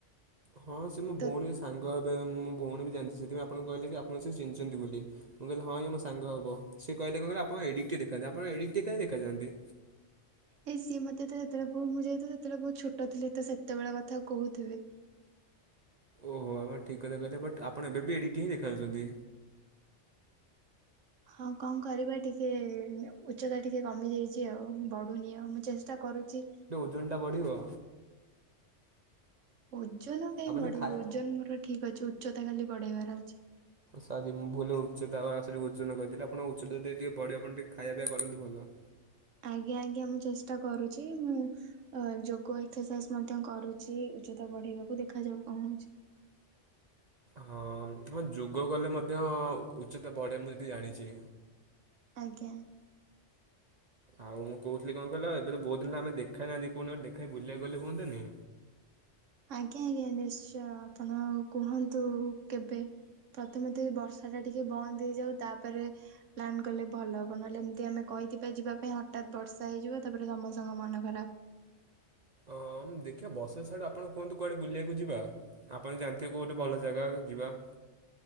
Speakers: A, on the right; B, on the right.
A: ହଁ ସେ ମୋ
B: ତ
A: ଭଉଣୀ ଅସ୍ ସାଙ୍ଗ ହେବେ ମୋ ଭଉଣୀ ବି ଜାଣିଚି। ସେଥିପାଇଁ ଆପଣଙ୍କୁ କହିଲେ କି ଆପଣଙ୍କୁ ସିଏ ଚିହ୍ନିଚନ୍ତି ବୋଲି। ମୁଁ କହିଲି ହଁ ଇଏ ମୋ ସାଙ୍ଗ ହବ। ସେ କହିଲେ କଣ କହିଲ ଆପଣ ଏଡିଟିକେ ଦେଖାଯାନ୍ତି। ଆପଣ ଏଡିଟିକେ କାଇଁ ଦେଖାଯାଆନ୍ତି?
B: ଏଇ ସିଏ ମତେ ଥରେ ଯେତେବେଳେ <unintelligible> ମୁଁ ଯାଇଥିବ ସେତେବେଳେ ବହୁତ ଛୋଟ ଥିଲି। ତ ସେତେବେଳେ କଥା କହୁଥିବେ।
A: ଓହୋ ଆପଣ ଠିକ୍ କଥା କହିଲେ ବଟ୍ ଆପଣ ଏବେ ବି ଏଡ଼ିକଟିଏ ହିଁ ଦେଖାଯାଉଚନ୍ତି।
B: ହଁ କଣ କରିବା ଟିକେ ଉଚ୍ଚତା ଟିକେ କମି ଯାଇଚି ଆଉ। ବଢୁନି ଆଉ ମୁଁ ଚେଷ୍ଟା କରୁଚି।
A: ଓଜନ ଟା ବଢ଼ିବ।
B: ଓଜନ କାଇଁ
A: ଆପଣ
B: ବଢେଇିବି
A: ଖାଇ
B: ଓଜନ ମୋର ଠିକ ଅଛି। ଉଚ୍ଚତା ଖାଲି ବଢେଇବାର ଅଛି।
A: ସରି ମୁଁ ଭୁଲ ରେ ଉଚ୍ଚତା ଆ ଆ ସରି ଓଜନ କହିଦେଲି ଆପଣ ଉଚ୍ଚତା ଟି-ଟିକେ ବଢିବ। ଆପଣ ଟିକେ ଖାଇବା ପିଇବା କରନ୍ତୁ ଭଲ।
B: ଆଜ୍ଞା ଆଜ୍ଞା ମୁଁ ଚେଷ୍ଟା କରୁଚି। ମୁଁ ଅ ଯୋଗ ଏକ୍ସରସାଇଜ ମଧ୍ୟ କରୁଚି ଉଚ୍ଚତା ବଢେଇବାକୁ। ଦେଖାଯାଉ କଣ କହୁଚି?
A: ହଁ ହଁ ଯୋଗ କଲେ ମଧ୍ୟ ଉଚ୍ଚତା ବଢ଼େ ମୁଁ ଯେତିକି ଜାଣିଚି।
B: ଆଜ୍ଞା।
A: ଆଉ ମୁଁ କହୁଥିଲି କଣ କହିଲ ଏବେ ତ ବହୁଦିନ ହେଲା ଆମେ ଦେଖା ହେଇ ନାହାଁନ୍ତି। କୋଉ ନ ଗୋଟେ ଦେଖାହେଇ ବୁଲିବାକୁ ଗଲେ ହୁଅନ୍ତାନି?
B: ଆଜ୍ଞା ଆଜ୍ଞା ନିଶ୍ଚୟ ଆପଣ କୁହନ୍ତୁ କେବେ? ପ୍ରଥମେ ତ ବର୍ଷା ଟା ଟିକେ ବନ୍ଦ ହେଇଯାଉ ତା ପରେ ପ୍ଲାନ୍ କଲେ ଭଲ ହବ ନହେଲେ ଏମିତି ଆମେ କହିଥିବା ଯିବା ପାଇଁ ହଠାତ୍ ବର୍ଷା ହେଇଯିବ ତା ପରେ ସମସ୍ତଙ୍କ ମନ ଖରାପ।
A: ଓହଁ ଦେଖିବା ବର୍ଷା ଛାଡୁ ଆପଣ କୁହନ୍ତୁ କୁଆଡେ ବୁଲିବାକୁ ଯିବା? ଆପଣ ଜାଣିଥିବେ କୋଉ ଗୋଟେ ଭଲ ଜାଗା ଯିବା।